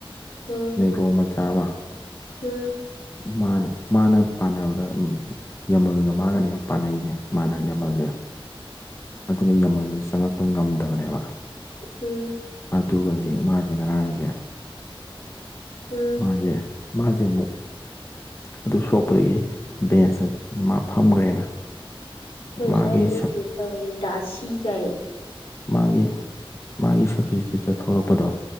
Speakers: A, on the left (about 80°); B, on the left (about 30°).
A: ꯎꯝ
B: ꯑꯣ ꯃꯆꯥꯥ ꯑꯃ
A: ꯎꯝ
B: ꯃꯥꯅ ꯃꯥꯅ ꯄꯥꯟꯅꯕ꯭ꯔ ꯎꯝ ꯌꯥꯝꯃꯜꯒ ꯃꯥꯥꯡꯒꯅꯦꯕ ꯄꯥꯅꯩꯁꯦ ꯃꯥꯅ ꯌꯥꯝꯃꯜꯂꯦꯕ
A: <unintelligible>
B: ꯑꯗꯨꯅ ꯌꯥꯝꯃꯜꯁꯤ ꯆꯪꯉꯛꯄ ꯉꯝꯗꯕꯅꯦꯕ
A: ꯎꯝ
B: ꯑꯗꯨꯒꯗꯤ ꯃꯥꯁꯦ ꯉꯔꯥꯡꯁꯦ
A: ꯎꯝ
B: ꯃꯥꯁꯦ ꯃꯥꯁꯦ ꯑꯃꯨꯛ ꯑꯗꯨ ꯁꯣꯛꯄꯗꯒꯤ ꯕꯦꯟꯁꯇ ꯃꯥ ꯐꯝꯈ꯭ꯔꯦꯅ
A: ꯑꯩꯈꯣꯏ
B: ꯃꯥꯒꯤ
A: ꯁ ꯍꯦꯞ ꯒ꯭ꯔꯨꯞꯁꯤꯗ ꯇꯧꯔꯤꯦ ꯗꯥꯁꯤꯒꯥꯏ
B: ꯃꯥꯒꯤ ꯃꯥꯒꯤ ꯁꯞꯁꯇꯤꯇ꯭ꯌꯨꯠꯇ ꯊꯣꯛꯂꯛꯄꯗꯣ